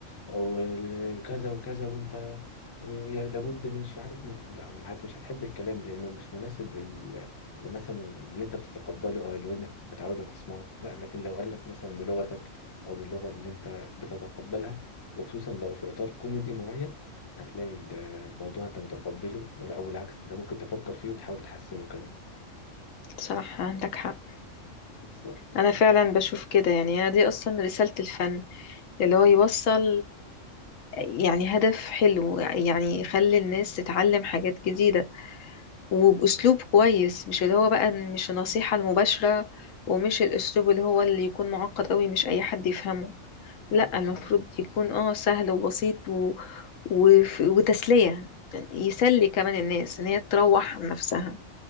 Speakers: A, on the left (about 25°); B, on the left (about 80°).
A: وكذا وكذا وأنت ويا- لابد من مش عارف من لا ما هت- مش هتحب الكلام لأنه مش مناسب لل مثلا اللي أنت بتتقبله أو اللي ودنك متعودة تسمعه لا لكن لو قالك مثلا بلغتك أو باللغة اللي أنت بتتقبلها وخصوصا لو في إطار كوميدي معين هتلاقي الموضوع انت متقبله ولا او بالعكس انت ممكن تفكر فيه وتحاول تحسنه كمان
B: صح عندك حق
A: بالظبط ف-
B: أنا فعلا بشوف كده يعني أنا دي أصلا رسالة الفن اللي هو يوصل يعني هدف حلو يعني يخلي الناس تتعلم حاجات جديدة وبأسلوب كويس مش اللي هو بقى إن- مش النصيحة المباشرة ومش الأسلوب اللي هو اللي يكون معقد قوي مش أي حد يفهمه لا
A: بالظبط
B: المفروض يكون اه سهل وبسيط و... وف... وتسلية يسلي كمان الناس إن هي تروح عن نفسها